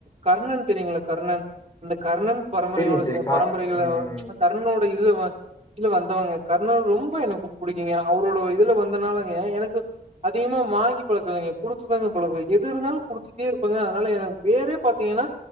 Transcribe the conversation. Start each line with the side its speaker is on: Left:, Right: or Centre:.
Right: கர்ணன் தெரியுங்களா கருணன் அந் கர்ணன் பரம்பரையோட
Left: தெரியும், தெரியும்.
Right: சில
Left: கா
Right: பரம்பரைகள்
Left: ம்.
Right: கர்ணன்னோட <unintelligible> வந்தவாங்க கர்ணன் ரொம்ப எனக்கு புடிக்குங்க அவரோட இதுல வந்தனாலங்க எனக்கு அதிகமா வாங்கி பழக்கலைங்க குடுத்துதாங்க பழக்க எது இருந்தாலு குடுத்துட்டே இருப்பங்க அதனால எனக்கு பேரே பாத்தீங்கன்னா